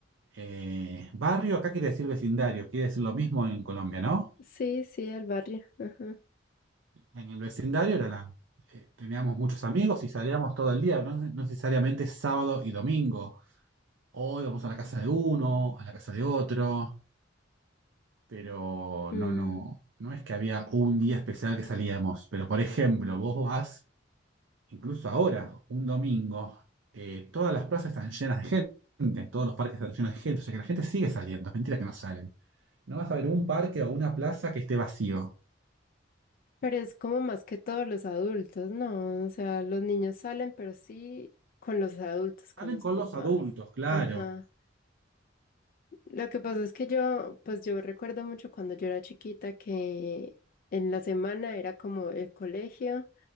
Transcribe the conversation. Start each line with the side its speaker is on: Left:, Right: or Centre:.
Right: Eh, barrio acá quiere decir vecindario, quiere decir lo mismo en Colombia, ¿no?
Left: sí, sí, el barrio. Ajá.
Right: En el vecindario era la- eh, teníamos muchos amigos y salíamos todo el día, no no necesariamente sábado y domingo. O íbamos a la casa de uno, a la casa de otro, pero
Left: Mm.
Right: no, no, no es que había un día especial que salíamos. Pero por ejemplo, vos vas, incluso ahora, un domingo, eh, todas las plazas están llenas de gente, todos los parques están llenos de gente, o sea que la gente sigue saliendo, es mentira que no salen. No vas a ver un parque o una plaza que esté vacío.
Left: Pero es como más que todos los adultos, ¿no? O sea, los niños salen, pero sí con los adultos, con
Right: Salen
Left: los
Right: con
Left: papás.
Right: los adultos, claro.
Left: Ajá. Lo que pasa es que yo, pues yo recuerdo mucho cuando yo era chiquita que en la semana era como el colegio